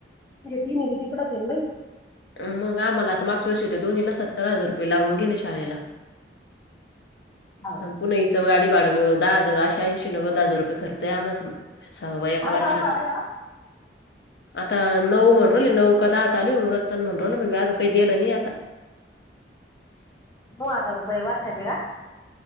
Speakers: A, on the left; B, on the left.
A: म्हणजे तिने बी तिकडंच आहे ना
B: अ मग आम्हाला तर आता मागच्या वर्षी त. दोन्हीला सत्तर हजार रुपये लावून गेले शाळेला.
A: बाई
B: ह पुणे हिच गाडी भाडा दहा हजार अशे ऐंशी नव्वद हजार रुपये खर्च आहे आमस. सहावा एका
A: काय
B: वर्षाचा.
A: गाडी भाडं आहे, हं?
B: आता नऊ म्हणली नऊ का दहा चालू रतन म्हण म्हण बाजू काही गेल <unintelligible> <unintelligible> <unintelligible> <unintelligible> नाही आता. <inaudible> <inaudible> <inaudible>
A: नऊ हजार रुपये वर्षाचे का?